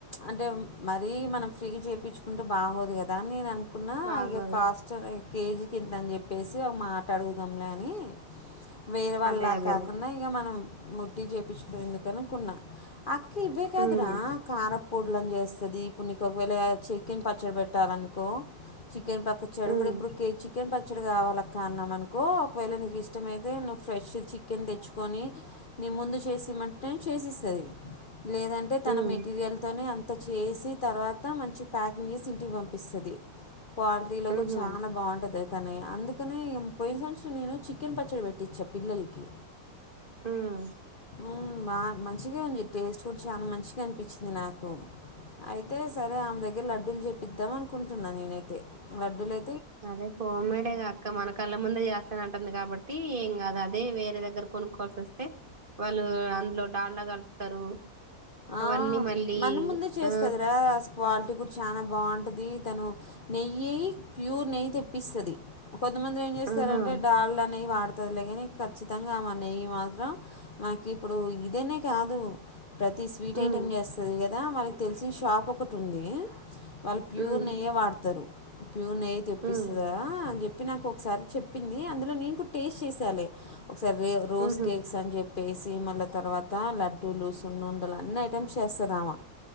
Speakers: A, on the left (about 40°); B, on the right (about 35°).
A: అంటే మరీ మనం ఫ్రీగి చేపిచ్చుకుంటే బాగోదు గదా అన్ నేన.
B: బాగు
A: కాస్టరయ్ కేజీకింతన్ జెప్పేసి ఒగ మాటడుగుదాంలే అని. వేరే వాళ్ళలా
B: అదే అదేలే
A: కాకుండా ఇగ మనం ము ట్టి చేపిచ్చుకుడెందుకనుకున్నా అక్కివ్వే కాదు
B: హ్మ్
A: రా కారప్ పుడ్లన్ జేస్తది ఇప్పుడ్ నీకొగవేళ ఆ చె కెన్ పచ్చడి పెట్టాలనుకో. పక్క చెడుగుడెప్పుడు
B: హ్మ్
A: కేచి కెన్ పచ్చడి కావాలక్కా అన్నాం అనుకో ఒకవేళ నీకెష్టమైతే నువ్ ఫ్రెష్ ది చికెన్ దెచ్చుకో అని నీ ముందు చి. చేసిమ్మంట్నే చేసిస్తది లేదంటే
B: హ్మ్
A: తన మెటీరియల్ తోనే అం. అంత చేసి తర్వాత మంచి ప్యాకింగ్ జేసి ఇంటికి పంపిస్తది. క్వాల్టీలో గూ
B: ఊహూ
A: చానా బాగుంటది. తనే అందుకనే ఇగ పొయిన్ంత్సరం నేను చికెన్ పచ్చడి పెట్టించ పిల్లల్కి.
B: ఉమ్
A: ఉమ్ బా మంచిగే ఉంది టేస్ట్ కూడ్ చానా మంచిగనిపించింది నాకు ఐతే సరే ఆమ్ దగ్గర లడ్డూలు చేపిద్దాం అనుకుంటున్నా నేనై. తే లడ్డూలై
B: అదే హోమ్మేడే గా అక్క మన కళ్ళ ముందే చేస్తానంటుంది కాబ. టి ఏం కాదు అదే వేరే దగ్గర కొనుక్కోల్సి వస్తే వాళ్ళు అందులో డాళ్లా కలుపుతారు
A: ఆ
B: అవన్నీ మళ్ళీ
A: మన ముందే చేస్తదిరా
B: ఆ
A: అసలు క్వాలిటీ కూడా చాలా బాగుంటుంది ది తను నెయ్యి ప్యూర్ నెయ్యి తెప్పిస్తుది కొద్ంతమంది ఏం చేస్తారంటే
B: ఆహా
A: డాల్డా అనేవి వాడతారు తదిలేగాని ఖచ్చితంగా మన్య మాత్రం మా ఇప్పుడు ఇదెనే కాదు ప్రతి స్వీటైటెమ్
B: ఉమ్
A: చేస్తదిగత్ దా వాళ్ళక్ తెల్సిన్ షాపొకటుంది. వాళ్ళు ప్యూర్
B: ఉమ్
A: నెయ్యే వాడ్తరు. ప్యూర్ నెయ్యే తెప్పిస్తద్రా
B: ఉమ్
A: అన్ జెప్పి నాకొక్సారి చెప్పింది అందు. లో నేన్ కూడ్ టేస్ట్ చేసాలే. ఒక్సారి రే రోజ్
B: ఉహు
A: కేక్స్ అని జెప్ వేసి మళ్ళ తర్వాత లడ్డూలూస్ సున్నుండలు అన్నైటమ్స్ చేస్తదామా.